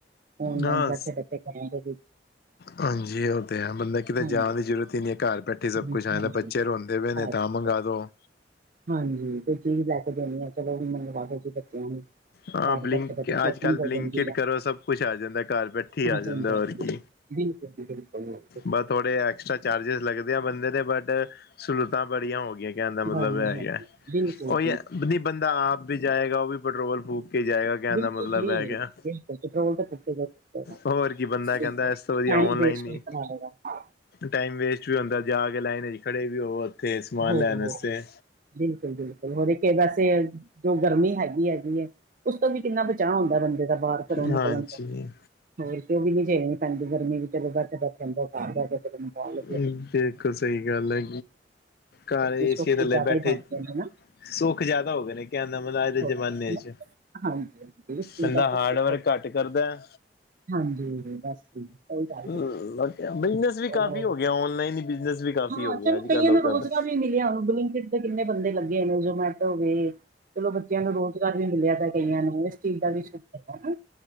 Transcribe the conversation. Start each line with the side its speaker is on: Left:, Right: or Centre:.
Right: ਔਨਲਾਈਨ
Left: ਹਾਂ
Right: ਬੈਠੇ- ਬੈਠੇ ਘਰਾਂ ਦੇ ਵਿੱਚ
Left: ਹਾਂਜੀ, ਉਹ ਤਾਂ ਹੈ ਬੰਦਾ ਕਿਤੇ
Right: ਹਾਂਜੀ
Left: ਜਾਣ ਦੀ ਜ਼ਰੂਰਤ ਈ ਨਈ ਐ, ਘਰ ਬੈਠੇ ਸਭ
Right: ਹਾਂਜੀ
Left: ਕੁਛ ਆਦਾ ਤਾਂ ਬੱਚੇ ਰੋਂਦੇ ਪਏ
Right: ਅੱਛਾ
Left: ਨੇ ਤਾਂ ਮੰਗਾਵਾ ਦਿਉ।
Right: ਹਾਂਜੀ ਕੋਈ ਚੀਜ਼ ਲੈ ਕੇ ਦੇਣੀ ਐ, ਚਲੋ ਮੰਗਵਾ ਦੋ ਜੀ ਬੱਚਿਆਂ ਨੂੰ
Left: ਹਾਂ
Right: ਘਰ
Left: ਬਕਲਿ
Right: ਬੈਠੇ ਬੈਠੇ ਸ਼ੋਪਿੰਗ
Left: ਅੱਜ-ਕੱਲ ਬਲਿੰਕਿਟ
Right: ਹੋ ਜਾਂਦੀ ਆ
Left: ਕਰੋ ਸਭ ਕੁਛ ਆ ਜਾਂਦਾ, ਘਾਰ ਬੈਠੇ
Right: ਹਾਂ
Left: ਆ ਜਾਂਦਾ
Right: ਚੰਗਾ
Left: ਹੋਰ ਕੀ
Right: <inaudible>
Left: ਬਸ ਥੋੜੇ ਐਕਸਟਰਾ ਚਾਰਜਿਸ ਲੱਗਦੇ ਆ ਬੰਦੇ ਦੇ ਬਟ ਸਹੂਲਤਾਂ ਬੜੀਆਂ ਹੋਗਿਆਂ ਕਹਿਣ ਦਾ ਮਤਲਬ
Right: ਬਿਲਕੁਲ
Left: ਐ ਈ ਐ,
Right: ਬਿਲਕੁਲ
Left: ਉਹੀ ਐ ਨਈ ਬੰਦਾ ਆਪ ਵੀ ਜਾਏਗਾ ਉਹ ਵੀ ਪੈਟਰੋਲ ਫੂਕ ਕੇ ਜਾਏਗਾ ਕਹਿਣ
Right: ਬਿਲਕੁਲ
Left: ਦਾ ਮਤਲਬ
Right: ਜੀ
Left: ਹੈ ਗਿਆ
Right: ਬਿਲਕੁਲ, ਪੈਟਰੋਲ ਤ ਫੂਕੇਗਾ। ਓਈ
Left: ਹੋਰ ਕੀ ਬੰਦਾ ਕਹਿੰਦਾ
Right: ਨਾ ਬਿਲਕੁਲ
Left: ਇਸ ਤੋਂ ਵਧੀਆ
Right: ਟਾਈਮ
Left: ਔਨਲਾਈਨ
Right: ਵੇਸਟ
Left: ਹੀ
Right: ਹੋਏ ਕਿੰਨਾ ਜਿਆਦਾ
Left: ਟਾਈਮ ਵੇਸਟ ਵੀ ਹੁੰਦਾ ਜਾ ਕੇ ਲਾਈਨ ਚ ਖੜੇ ਵੀ ਹੋਵੋ ਉੱਥੇ ਸਮਾਨ
Right: ਹੋ
Left: ਲੈਣ
Right: ਹੋ
Left: ਵਸਤੇ
Right: ਬਿਲਕੁਲ- ਬਿਲਕੁਲ ਹੋਰ ਇੱਕ ਤੇ ਵੈਸੇ ਐ, ਜੋ ਗਰਮੀ ਹੈਗੀ-ਹੈਗੀ ਏ, ਉਸ ਤੋਂ ਵੀ ਕਿੰਨਾ ਬਚ ਚਾਅ ਹੁੰਦਾ ਬੰਦੇ ਦਾ ਬਾਹਰ ਘਰੋਂ ਨਿਕਲਣ
Left: ਹਾਂਜੀ
Right: ਤੋ ਹੋਰ ਕੀ ਓ ਵੀ ਨੀ ਝੇਲਣੀ ਪੈਂਦੀ ਗਰਮੀ ਚਲੋ ਬੈਠੇ- ਬੈਠੇ ਅੰਦਰ ਘਾਰ ਦੋਗੇ <unintelligible> ਇਸ ਟਾਈਪ
Left: ਬਿਲਕੁਲ ਸਹੀ ਗੱਲ ਹੈ ਘਰ ਏਸੀ
Right: ਕੁਛ ਜ਼ਿਆਦਾ
Left: ਥੱਲੇ ਬੈਠੇ
Right: ਹੀ ਬਣਗੀਆ ਏ ਹਨਾ।
Left: ਸੁੱਖ ਜ਼ਿਆਦਾ ਹੋ ਗਏ ਨੇ ਕੈਣ ਦਾ ਮਤਲਬ ਅੱਜ ਦੇ ਜ਼ਮਾਨੇ'ਚ।
Right: ਗਿਆ ਹਾਂਜੀ। ਹਾਂਜੀ ਇਸ ਚੀਜ਼
Left: ਬੰਦਾ
Right: ਦਾ ਸੁੱਖ
Left: ਹਾਰਡ-ਵਰਕ
Right: ਤਾਂ ਬਹੁਤ
Left: ਘੱਟ ਕਰਦਾ ਐ
Right: ਹਾਂਜੀ ਬਸ ਜੀ, ਸਹੀ ਗੱਲ
Left: ਬਿਜਨਸ
Right: ਹੈ
Left: ਵੀ
Right: ਉਹ
Left: ਕਰ ਕੀ ਹੋ ਗਿਆ ਔਨਲਾਈਨ ਈ ਬਿਜਨਸ ਵੀ ਕਾਫੀ
Right: ਹਾਂ
Left: ਹੋ ਗਿਆ
Right: ਚਲੋ
Left: ਅੱਜ-ਕਲ
Right: ਕਈਆਂ
Left: ਲੋਕਾਂ
Right: ਨੂੰ ਰੋਜ਼ਗਾਰ
Left: ਦਾ।
Right: ਵੀ ਮਿਲਿਆ ੳਨੂੰ। ਬਲਿੰਕਿਟ ਦੇ ਕਿਨੇ ਬੰਦੇ ਲੱਗੇ ਨੇ ਜਮੈਟੋ ਵੀ, ਚਲੋ ਬੱਚੇਆਂ ਨੂੰ ਰੋਜ ਮਿਲਆ ਦਾ ਕਈਆ ਨੂੰ। ਚੀਜ਼ ਦਾ ਵੀ ਸ਼ੁਕਰ ਹੈ